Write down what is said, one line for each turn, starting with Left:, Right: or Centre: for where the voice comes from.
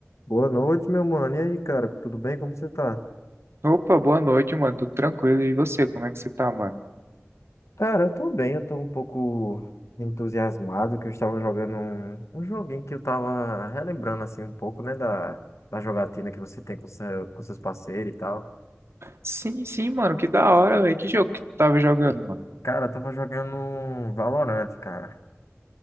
Left: Boa noite, meu mano. E aí, cara, tudo bem? Como você tá?
Right: Opa, boa noite, mano. Tudo tranquilo? E você, como é que você tá, mano?
Left: Cara, eu tô bem, eu tô um pouco entusiasmado que eu estava jogando um, um joguinho que eu tava relembrando assim um pouco, né, da, da jogatina que você tem com, seu, com seus parceiros e tal.
Right: Sim, sim, mano. Que da hora, velho. Que jogo que tu tava jogando, mano?
Left: Cara, eu tava jogando um Valorant, cara.